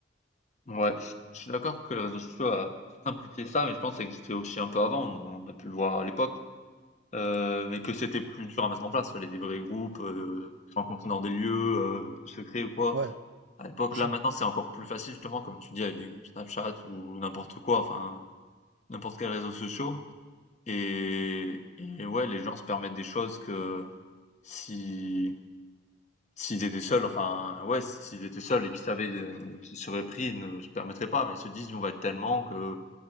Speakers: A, on the left; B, on the right.
A: Ouais, je je suis d'accord que les réseaux sociaux a simplifié ça, mais je pense que ça existait aussi un peu avant, on on a pu le voir à l'époque, heu, mais que c'était plus dur à mettre en place. Fallait des vrais groupes, heu, se rencontrer dans des lieux, heu, un peu secrets ou quoi.
B: Ouais,
A: À l'époque,
B: c'est
A: là,
B: ça.
A: maintenant, c'est encore plus facile justement, comme tu dis, avec des groupes Snapchat ou n'importe quoi, enfin, n'importe quel réseau social. et et ouais, les gens se permettent des choses que si S'ils étaient seuls, enfin, ouais, s'ils étaient seuls et qu'ils savaient, heu, qu'ils seraient pris, ils ne se permettraient pas, mais ils se disent: on va être tellement que